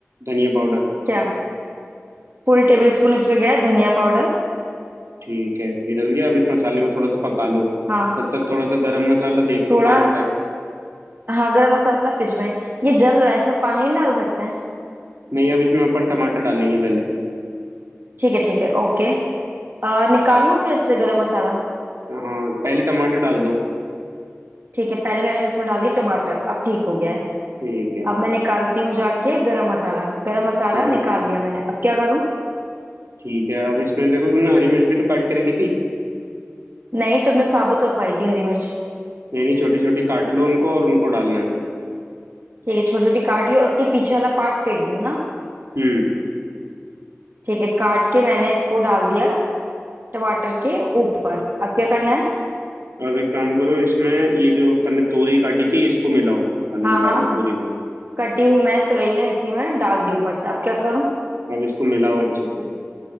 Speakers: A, on the right (about 70°); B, on the right (about 50°).
A: धनिया पाउडर
B: क्या फुल टेबल स्पून इसमें गया धनिया पाउडर
A: ठीक है ये डल गया अब इस मसाले को थोड़ा सा पका लो
B: हाँ
A: तब तक थोड़ा सा गरम मसाला देख
B: थोड़ा
A: लो कहाँ रखा है
B: हाँ गरम मसाला फ्रिज में है। ये जल रहा है इसमें पानी नहीं डाल सकते हैं
A: नहीं अब इसमें अपन टमाटर डालेंगे पहले
B: ठीक है ठीक है ओके आ, निकाल लूँ फ्रिज से गरम मसाला
A: हाँ पहले टमाटर डाल दो
B: ठीक है पहले मैंने इसमें डाल दी टमाटर अब ठीक हो गया है
A: ठीक है
B: अब मैं निकालती हूँ जाके गरम मसाला गरम मसाला
A: हाँ, फिर-
B: निकाल लिया मैंने अब क्या करूँ
A: ठीक है अब इसमें देखो तुमने हरी मिर्च भी तो काट के रखी थी
B: नहीं तुमने साबुत रखवाई थी हरी मिर्च
A: यानी छोटी छोटी काट लो उनको और उनको डालना है
B: ठीक है छोटी छोटी काट ली और उसके पीछे वाला पार्ट फेंक दूँ ना
A: हम्म
B: ठीक है काट के मैंने इसको डाल दिया टमाटर के ऊपर अब क्या करना है
A: अब एक काम करो इसमें ये जो अपन ने तोरई काटी थी इसको मिलाओ अंदर
B: हाँ हाँ
A: डाल दो पूरी को
B: कटी हुई मैंने तुरैया इसी में डाल दी ऊपर से अब क्या करूँ
A: अब इसको मिलाओ अच्छे से